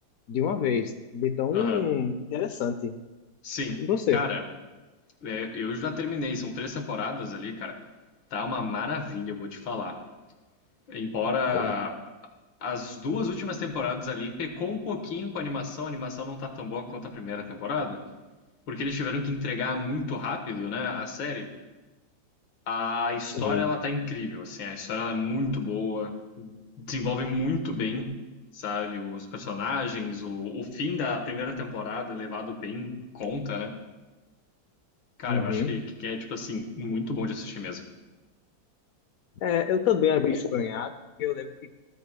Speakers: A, on the left; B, on the left.
A: de uma vez, de tão
B: Aham.
A: interessante.
B: Sim.
A: E você?
B: Cara, é, eu já terminei, são três temporadas ali, cara. Tá uma maravilha, eu vou te falar. Embora
A: Bom,
B: as duas últimas temporadas ali pecou um pouquinho com a animação, a animação não tá tão boa quanto a primeira temporada, porque eles tiveram que entregar muito rápido, né, a série. A história
A: Sim.
B: ela tá incrível, assim, a história ela é muito boa, desenvolve muito bem, sabe, os personagens, o, o fim da primeira temporada é levado bem em conta, né? Cara,
A: Uhum.
B: eu acho que, que é, tipo assim, muito bom de assistir mesmo.
A: É, eu também havia estranhado, porque eu lembro que